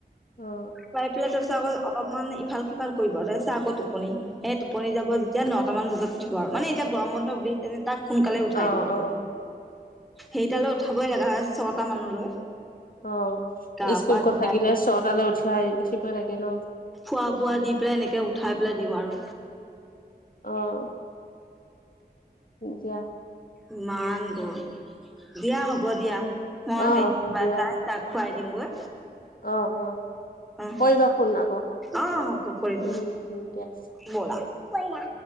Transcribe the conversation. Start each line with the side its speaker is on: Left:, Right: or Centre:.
Left: অ
Centre: খাই পেলাই তাৰপিছত আকৌ অলপমান ইফাল সিফাল কৰিব তাৰপিছত আকৌ টোপনি। সেই টোপনি যাব যেতিয়া নটা মান বজাত উঠিব আৰু মানে এতিয়া গৰম বন্ধ বুলি তেনে তাক সোনকালে উঠাই
Left: অ
Centre: দিও
Left: অ
Centre: হেৰিটালৈ উঠাবই লগা হয় ছটা মানলৈ।
Left: অ',
Centre: গা
Left: স্কুল
Centre: পা
Left: কত
Centre: ধুৱাই
Left: থাকিলে ছয়টালৈ উঠাই আহ উঠিব লাগে ন।
Centre: খোৱা বোৱা দি পেলাই এনেকে উঠাই পেলাই দিও আৰু।
Left: অ', দিয়া।
Centre: ইমান গ দিয়া হ'ব দিয়া মই
Left: অ
Centre: হেৰি কিবা
Left: দিয়া
Centre: তাই তাক খুৱাই দিওঁ গৈ।
Left: অ অ
Centre: অ',
Left: কৰিবা ফোন আকৌ
Centre: অ' ক কৰিম।
Left: উম দিয়া
Centre: ব'লা-ব'লা।